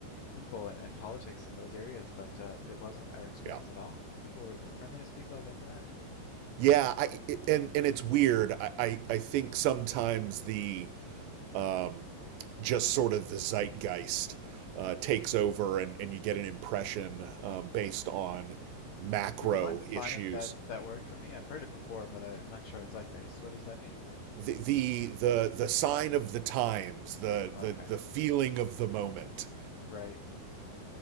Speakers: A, on the left; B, on the right.
A: people and, and politics in those areas, but uh, it wasn't our experience
B: Yeah.
A: at all. People were the friendliest people I've ever met.
B: Yeah, I and and it's weird. I I, I think sometimes the um, just sort of the zeitgeist uh, takes over, and, and you get an impression um, based on
A: Mm-mm.
B: macro
A: Would you mind defining
B: issues.
A: that that word for me? I've heard it before, but I, I'm not sure I zeitgeist. What does that mean?
B: The, the the the sign of the times, the
A: Okay,
B: the the feeling of the moment,
A: right.